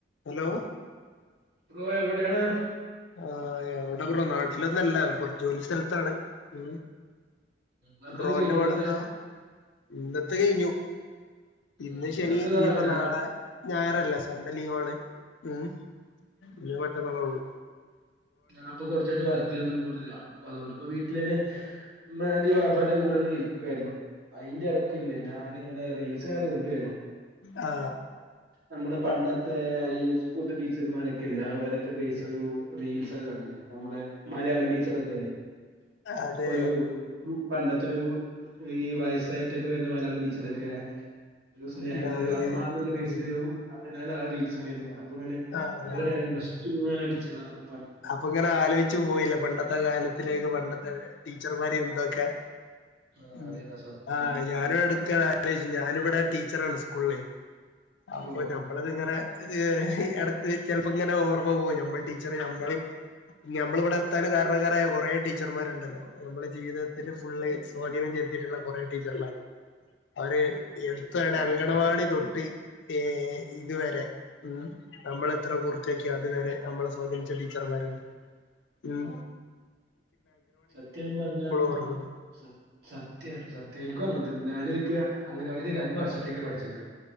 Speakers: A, on the left (about 80°); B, on the right (about 60°).
A: ഹലോ
B: ബ്രോഎവിടെയാണ്
A: ആ് എവിടെ കുറോ നാട്ടിലൊന്നല്ലറ ജോലി സ്ഥലത്താണ് ഉ
B: വർക്കൊക്കെ
A: ബ്രോന്റെ
B: കഴിഞ്ഞോ
A: പാടെന്താ
B: ഇന്നത്തെ
A: ഇന്നത്തെ കഴിഞ്ഞു
B: ഉം,
A: ഇന്ന് ശനി
B: ഞാനിതാ
A: ഇനിയിപ്പോ
B: ഞാൻ
A: നാളെ ഞായറല്ലേ സൺണ്ടേലീവാണ് ഉം പി മറ്റന്നാളള്ളു
B: അപ്പൊ കൊറച്ചായിട്ട് വർക്കിനൊന്നും പോണില്ല അതുകൊണ്ട് ഇപ്പ വീട്ട ലെൻ മതി വ <unintelligible> ഇന്റെറെ കൂടെങ്ങന ഇരിക്കുവായിരുന്നു അതിന്റെ ഇടക്കല്ല ഞ പിന്ന റീൽസിങ്ങനെ തോണ്ടുവായിരുന്നു
A: ആ
B: ആമ്മ പണ്ടത്തെ ഈ സ്കൂളത്തെ ടീച്ചർമാരൊക്കെ ഇല്ല അവരൊക്കെ ചെവു റീൽസൊക്കെ കണ്ടിന് നമ്മുടെ മലയാളം ടീച്ചറൊക്കെല്ലേ
A: അതെ
B: ഒരു പണ്ടത്തെ തോരു ഈ വയസ്സായിട്ടൊക്കെ വരുന്ന മലയാളം ടീച്ചറൊക്കെ അങ്ങനെ ഒരു സ്നേഹനിധി
A: ന്നാ, അതെ
B: അമ്മ നുള്ള ബെയിസില്
A: ഉം
B: ഒരു അങ്ങനെ റിൽസില്ലിങ്ങനെ വരുന്നേ കാണാം അപ്പ പിന്നെ
A: ആ
B: ഒരുര് നൊസ്റ്റു ചില്റദേൽ
A: അപ്പൊ ഇങ്ങനെ ആലോചിച്ചു പോയില്ലേ പണ്ടത്തെ കാലത്തിലേക്ക് പണ്ടത്തെ ടീച്ചർമാരെയും എന്തൊക്കെ
B: ആഹ്
A: ഉ
B: അതേടാ സത്യായിട്ട്
A: ആ ഞാനടുക്ക അലോയിച്ചു ഞാനിവിടെ ടീച്ചറാണ് സ്കൂള് അപ്പൊ
B: ഓ
A: നഞമ്മളത് ഇങ്ങന ഇത്‌ എടക്ക് ചിലപ്പോ ഇങ്ങനെ ഓർമ്മ പോവും നമ്മൾ ടീച്ചർ നമ്മള നഞമ്മള ഇവിടെ എത്തൻ കാരണകാരായ കൊറേ ടീച്ചർമാരുണ്ടല്ലോ നമ്മുടെ ജീവിതത്തിൽ ഫുള്ള് സ്വാധീനം ചെലത്തിട്ടുള്ള കൊറേ ടീച്ചർമാര് അവര്
B: അതെ അതെ
A: എടുത്തടെ അങ്കണവാടി തൊട്ട് ഏ ഇതുവരെ ഉ നമ്മൾ എത്ര പൂർത്തയാക്കിയ അതുവരെ നമ്മള് സ്വാദനിച്ച ടീച്ചർമാരുണ്ട്
B: ഉം
A: മൂ
B: സത്യം പറഞ്ഞാ
A: ഓർമ്മണ്ട്
B: ആ സ സത്യല്ലോ സത്യ എനിക്കും അങ്ങനെ തന്നെ ഞാന എനിക്ക് അങ്ങനെവാടിയിൽ രണ്ട് വർഷത്തേക്ക പഠിച്ചിരുന്നേ